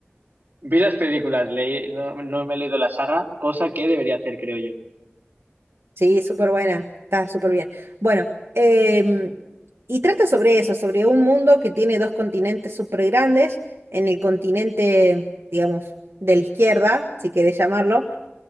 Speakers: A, on the right; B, on the right.
A: Vi las películas, leí- no, no me he leído la saga, cosa que debería hacer, creo yo.
B: Sí, súper buena, está súper bien. Bueno, em, y trata sobre eso, sobre un mundo que tiene dos continentes súper grandes, en el continente, digamos, de la izquierda, si querés llamarlo,